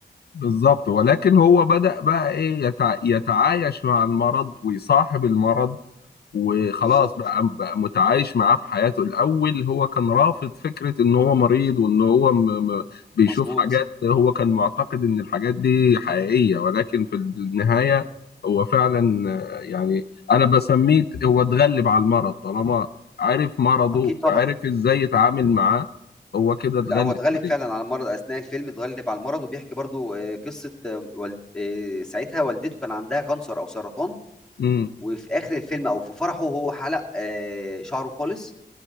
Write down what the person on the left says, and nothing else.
بالظبط ولكن هو بدأ بقى ايه يتع... يتعايش مع المرض ويصاحب المرض وخلاص
بقى بقى متعايش معاه في حياته الأول هو كان رافض فكرة إن هو مريض وإن هو م... م... بيشوف
حاجات هو كان معتقد إن الحاجات دي حقيقية ولكن في النهاية هو فعلا آه، يعني أنا بسميه هو اتغلب على المرض طالما عرف مرضه
وعرف إزاي يتعامل معاه هو كده اتغلب
عليه
امم